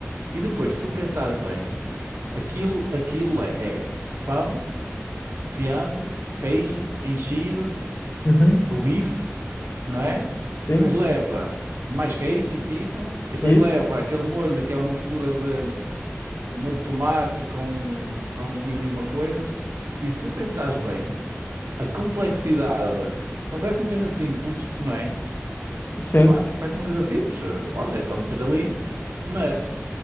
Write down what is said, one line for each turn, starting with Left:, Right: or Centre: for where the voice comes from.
Right: E depois, se tu pensares bem, aquilo, aquilo é, é pão, fiambre, queijo, enchidos,
Left: Uhum,
Right: o bife, não é? E
Left: sim,
Right: depois leva mais queijo em cima, e depois
Left: isso.
Right: leva aquele molho que é uma mistura de molho de tomate com, com mil e uma coisas. E se tu pensares bem, a complexidade, pá, parece uma coisa simples, não é?
Left: Sim,
Right: Pá, parece uma coisa simples, eh, bom, é só meter ali, mas